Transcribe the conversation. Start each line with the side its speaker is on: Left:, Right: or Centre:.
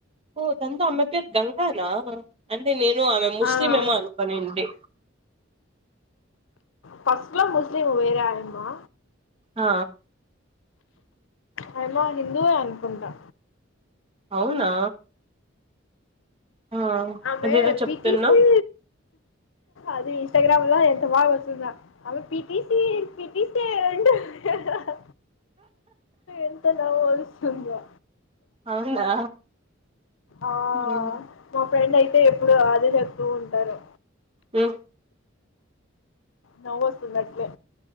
Right: ఓ దంతో అమ్మె పేరు గంగానా అంటే నేను ఆమె ముస్లింఏమో
Left: ఆ
Right: అనుకొనింటి
Left: ఫస్ట్లొ ముస్లిము వేరే ఆయమ్మా
Right: ఆ
Left: అయమ్మ హిందువే అనుకుంటా
Right: అవునా ఆ
Left: ఆమె
Right: అదేదో చెప్తున్నావ్
Left: పిటిసి అది ఇన్స్టాగ్రామ్ లో ఎంత బాగా వస్తుందో పిటిసార్ పిటి సార్ ఎంత నవ్వొస్తుందో
Right: అవునా
Left: ఆ
Right: ఉమ్
Left: మా ఫ్రెండ్ అయితే ఎప్పుడు అదే చెప్తూ ఉంటారు
Right: ఉ
Left: నవ్వొస్తుంది అట్లే